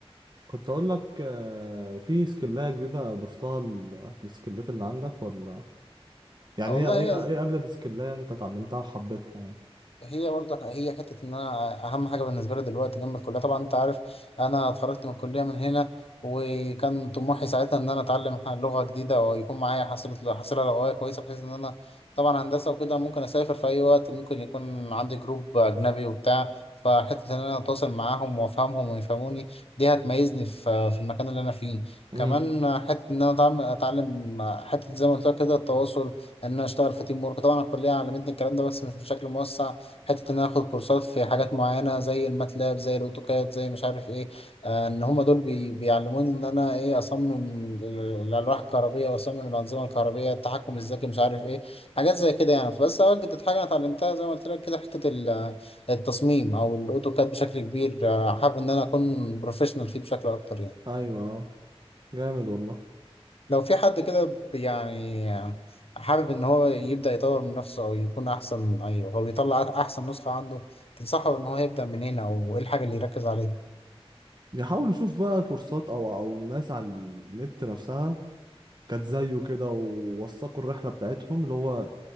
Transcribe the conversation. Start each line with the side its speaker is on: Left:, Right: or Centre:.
Right: كنت اقول لك آه، في سكلايه جديده ضفتها ل- للسكلات اللي عندك ولا يعني
Left: آه، والله
Right: هي ايه
Left: هي
Right: ايه اجدد سكلايه انت اتعلمتها وحبيتها يعني
Left: هي برضه هي حتة إن أنا أهم حاجة بالنسبة لي دلوقتي جنب الكلية طبعا أنت عارف أنا اتخرجت من الكلية من هنا وكان طموحي ساعتها إن أنا أتعلم لغة جديدة ويكون معايا حصيلة حصيلة لغوية كويسة بحيث إن أنا طبعا هندسة وكده ممكن أسافر في أي وقت ممكن يكون عندي جروب أجنبي وبتاع فحتة إن أنا أتواصل معاهم وأفهمهم ويفهموني دي هتميزني في في المكان اللي أنا فيه
Right: امم
Left: كمان حتة إن أنا أتعم- أتعلم حتة زي ما قلت لك كده التواصل إن أنا أشتغل في تيم ورك طبعا الكلية علمتني الكلام ده بس مش بشكل موسع حتة إن أنا آخد كورسات في حاجات معينة زي الماتلاب زي الأوتوكاد زي مش عارف إيه آه إن هما دول بي بيعلموني إن أنا إيه أصمم ال- الألواح الكهربية وأصمم الأنظمة الكهربية التحكم الذكي مش عارف إيه حاجات زي كده يعني فبس أوجدت حاجة أنا اتعلمتها زي ما قلت لك كده حتة ال- التصميم أو الأوتوكاد بشكل كبير آه، حابب إن أنا أكون بروفيشنال فيه بشكل أكتر يعني
Right: ايوه آه، جامد والله
Left: لو في حد كده ب- يعني حابب ان هو يبدأ يطور من نفسه او يكون احسن ايوه هو بيطلع احسن نسخة عنده تنصحه ان هو يبدأ منين او ايه الحاجة اللي يركز عليها
Right: يحاول يشوف بقى كورسات او او ناس على النت نفسها كانت زيه كده ووثقوا الرحله بتاعتهم اللي هو